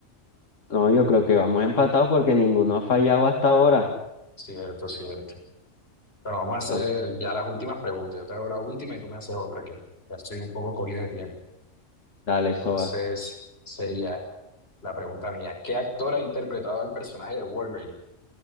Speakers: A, on the left; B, on the left.
A: No, yo creo que vamos empatados porque ninguno ha fallado hasta ahora.
B: Cierto, cierto. Bueno, vamos a hacer
A: Entonces,
B: ya las últimas preguntas. Yo te hago la última y tú me haces otra que ya estoy un poco cogido de tiempo.
A: dale, Soa.
B: Entonces, sería la pregunta mía. ¿Qué actor ha interpretado al personaje de Wolverine?